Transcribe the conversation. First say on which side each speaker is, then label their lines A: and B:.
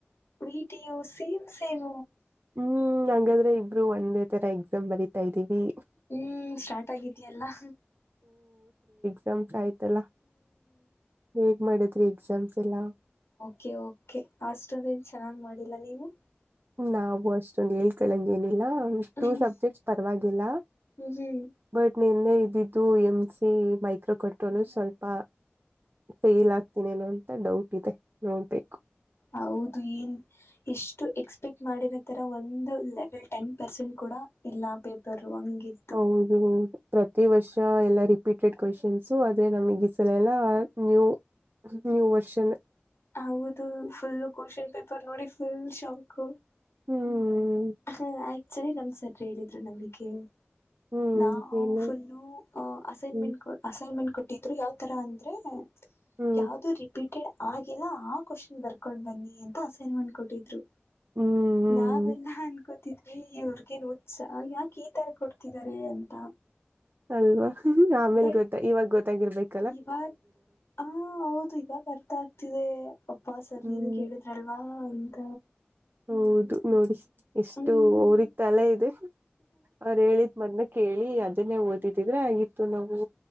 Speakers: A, on the left; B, on the right.
A: ವೀಟು ಸೇಮ್ ಸೇಮ
B: ಹ್ಮ್ ಹಾಗಾದ್ರೆ ಇಬ್ರು ಒಂದೇ ತರ ಎಕ್ಸಾಮ್ ಬರಿತಾ ಇದ್ದೀವಿ
A: ಹ್ಮ್ ಸ್ಟಾರ್ಟ್ ಆಗಿದಿಯಲ್ಲಾ
B: ಎಸ್ಸ್ ಆಯ್ತಲ್ಲ ಹೇಗ್ ಮಾಡಿದ್ರಿ ಎಕ್ಸಾಮ್ಸ್ ಎಲ್ಲಾ
A: ಕೆ ಕೆ ಅಷ್ಟೊದೇನ್ ಚೆನ್ನಾಗಿ್ ಮಾಡಿಲ್ಲ ನೀವು
B: ನಾವು ಅಷ್ಟೊಂದು ಹೇಳ್ತಳಂಗ ಏನಿಲ್ಲ ಟೂ
A: ಹ್ಮ್
B: ಸಬ್ಜೆಕ್ಟ್ ಪರವಾಗಿಲ್ಲ
A: ಹ್ಮ್
B: ಬಟ್ ನಿನ್ನೆ ಇದ ಎಂ್ ಸಿ ಮೈಕ್ರೋ ಕಟ್ಟೋನು ಸ್ವಲ್ಪ ಫೇಲ್ ಆಗ್ತನೇ ನೋ ಡೌಟ್ ಇದೆ ನೋಡ್ಬೇಕು
A: ಹೌದು ಏನ್ ಎಷ್ಟು ಎಕ್ಸ್ಪೆಕ್ಟ್ ಮಾಡಿರೋ ತರ ಒಂದು ಲೆವೆಲ್ ಟೆನ್ ಪರ್ಸೆಂಟ್ ಕೊ ಕೂಡ ಎಲ್ಲಾ ಪೇಪರ್ ಹಂಗಿತ್ತು
B: ಹೌದು ಪ್ರತಿ ವರ್ಷ ಎಲ್ಲ ರಿಪೀಟೆಡ್ ಕ್ವೆಶನ್ಸು ಆದ್ರೆ ನಮಗ ಈ ಸಲ ಎಲ್ಲ ನ್ಯೂ ನ್ಯೂ ವರ್ಷನ್
A: ಹೌದು ಫುಲ್ ಕ್ವನ್ ಪೇಪರ್ ನೋಡಿ ಫುಲ್ ಶಾಂಕ್
B: ಹ್ಮ್
A: ಹ ಆಕ್ಚುಲಿ ನಮ್ ಸರ್ ಹೇಳಿದ್ರು ನಮಗೆ
B: ಹ್ಮ್
A: ನಾವು
B: ಏನು
A: ಫುಲ್ಲ ಅಸೈನ್ಮೆಂಟ್
B: ಹ್ಮ್
A: ಅಸೈನ್ಮೆಂಟ್ ಕೊಟ್ಟಿದ್ರು ಯಾವ್ತರ ಅಂದ್ರೆ
B: ಹ್ಮ್
A: ಯಾವ್ದ ರಿಪೀಟೆಡ್ ಆಗಲ್ಲ ಆ ಕ್ವಶನ್ ಬರ್ಕೊಂಡ ಬನ್ನಿ ಅಂತ ಅಸೈನ್ಮೆಂಟ್ ಕೊಟ್ಟಿದ್ರು
B: ಹ್ಮ್
A: ನಾವೆಲ್ಲಾ ಅನ್ಕೋತಿದ್ವಿ ಇವ್ರಗನ್ ಉುಛ ಯಾಕೆ ಈ ತರ ಕೊಡ್ತವಿ ಿದ್ದಾರೆ ಅಂತ
B: ಅಲ್ವಾ ಆಮೇಲ್
A: ಬಟ್
B: ಗೊತ್ತಾ ಇವಾಗ ಗೊತ್ತಾಗಿರ್ಬೇಕು
A: ಇವಾಗ ಹ ಹೌದು ಇವಾಗ ಅರ್ಥ ಆಗ್ತಿದೆ ಅಪ್ಪಾ ಸರಿ
B: ಹ್ಮ್
A: ಇದು ಕೇಳಿದ್ರಲ್ವಾ ಅಂತ
B: ಹೌದು ನೋಡಿ ಎಷ್ಟು
A: ಹ್ಮ್
B: ಅವ್ರಗ್ ತಲೆ ಇದೆ ಅವ್ರು ಹೇಳಿದ್ ಮೊನ್ನ ಕೇಳಿ ಅದನ್ನೇ ಓದಿದಿದ್ರೆ ಆಗಿತ್ತು ನಾವು